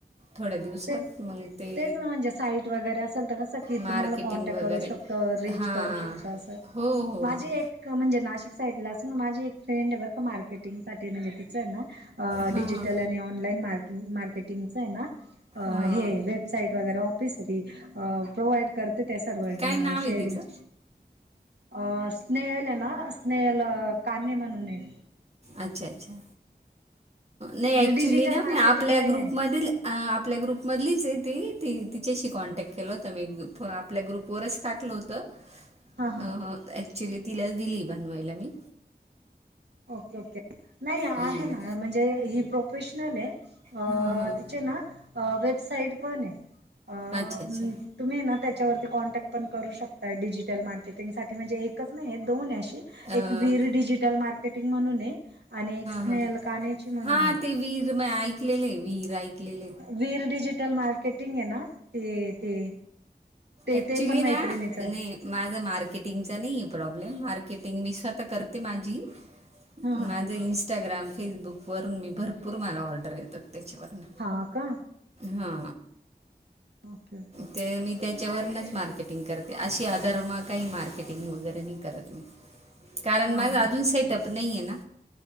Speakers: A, on the right; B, on the right.
A: थोड्या दिवसात
B: ते तेच,
A: मग ते
B: तेच ना म्हणजे साईट वगैरे असेल तर, कसं की
A: मार्केटिंग
B: तुम्हाला कॉन्टॅक्ट
A: वगैरे
B: करू शकत रीच
A: हां
B: करू शकतो
A: हां
B: असं,
A: हो हो
B: माझी
A: हो
B: एक म्हणजे नाशिक साईड ला असं माझी एक. फ्रेंड बर का मार्केटिंग साठी म्हणजे, तिचं ना. अ
A: हां
B: डिजिटल आणि ऑनलाईन मार्क मार्केटिंगच आहे ना.
A: हां
B: हे वेबसाईट वगैरे ऑफिस प्रोवाइड. करते त्या सर्वांना
A: काय नाव आहे
B: शेअरिंगच्या
A: तिचं
B: अ स्नेहल आहे ना, स्नेहल काणे म्हणून एक.
A: अच्छा अच्छा, नाही
B: म्हणजे
A: ऍक्च्युली
B: डिजिटल
A: ना
B: मार्केटिंगच
A: मी आपल्या
B: हे
A: ग्रुपमधील. आपल्या ग्रुपमधलीच आहे ती, ती तिच्याशी कॉन्टॅक्ट केलं होतं. मी आपल्या ग्रुपवरच टाकलं होतं.
B: हा हा
A: अ.. ऍक्च्युली तिलाच दिली बनवायला मी.
B: ओके ओके नाही आहे
A: हम्म.
B: ना म्हणजे ही प्रोफेशनल आहे. अ..
A: हां हां
B: तिचे ना अ.. वेबसाईट पण आहे. अं..
A: अच्छा अच्छा
B: तुम्ही ना त्याच्यावरती कॉन्टॅक्ट पण करू शकताय डिजिटल मार्केटिंगसाठी म्हणजे एकच नाही आहे दोन आहे अशे.
A: हां
B: एक वीर डिजिटल मार्केटिंग म्हणून आहे आणि एक स्नेल
A: हां
B: काण्याची म्हणून
A: हां
B: आहे.
A: ते वीर म ऐकलेले वीर ऐकलेले.
B: वीर डिजिटल मार्केटिंग आहे ना ते ते. ते
A: एकक्चुली
B: ते पण मैत्रिणीच
A: ना,
B: आहे
A: न माझा मार्केटिंगचा नाही आहे प्रॉब्लेम, मार्केटिंग मी स्वतः करते माझी.
B: हां हां
A: माझं इंस्टाग्राम फेसबुकवरून मी भरपूर मला ऑर्डर येतात त्याच्यावरून.
B: हा का.
A: हा
B: ओके ओके
A: ते मी. त्याच्यावरूनच मार्केटिंग करते अशी आधार म काही मार्केटिंग वगैरे नाही करत मी. कारण
B: हां
A: माझ
B: हां
A: अजून सेटअप नाहीय ना.